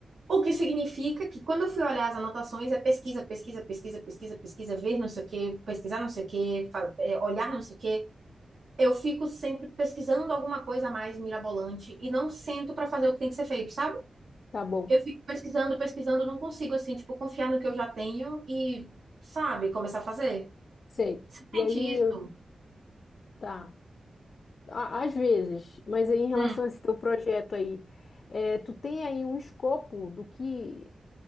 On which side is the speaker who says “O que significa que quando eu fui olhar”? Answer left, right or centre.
Right